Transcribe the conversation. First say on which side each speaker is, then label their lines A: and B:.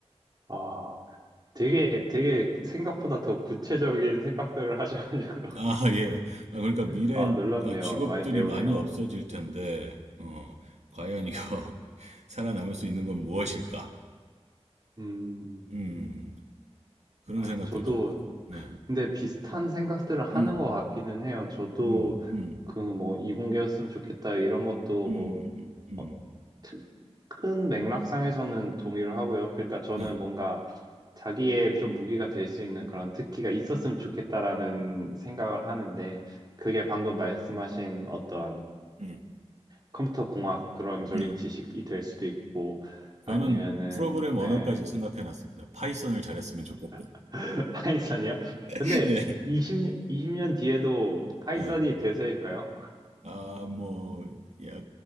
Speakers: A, on the right; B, on the right.
A: 아, 되게, 되게 생각보다 더 구체적인 생각들을 하셔가지고,
B: 아, 예. 아, 그러니까 미래엔
A: <laughs> 아, 놀랍네요.
B: 어, 직업들이
A: 많이 배우네요.
B: 많이 없어질 텐데, 어, 과연 이거 <laughs> 살아남을 수 있는 건 무엇일까?
A: 음,
B: 음, 그런
A: 아,
B: 생각들이
A: 저도
B: 좀. 네.
A: 근데 비슷한 생각들을 하는
B: 음,
A: 것 같기는 해요. 저도
B: 음, 음,
A: 그 뭐 이공계였으면 좋겠다 이런 것도
B: 음,
A: 뭐
B: 음, 음. 음,
A: 어,
B: 음.
A: 트- 큰 맥락상에서는 동의를 하고요. 그러니까 저는
B: 네,
A: 뭔가 자기의 좀 무기가 될 수 있는 그런 특기가 있었으면 좋겠다라는 생각을 하는데 그게 방금 말씀하신 어떤
B: 음,
A: 컴퓨터 공학 그런 적인
B: 네.
A: 지식이 될 수도 있고 아니면은
B: 저는 프로그램 언어까지
A: 네.
B: 생각해 놨습니다. 파이썬을 잘했으면 좋겠다.
A: <laughs> 파이썬이요?
B: <laughs>
A: 근데
B: 예,
A: 20, 20년 뒤에도 파이썬이
B: 예.
A: 대세일까요?
B: 아, 뭐, 야,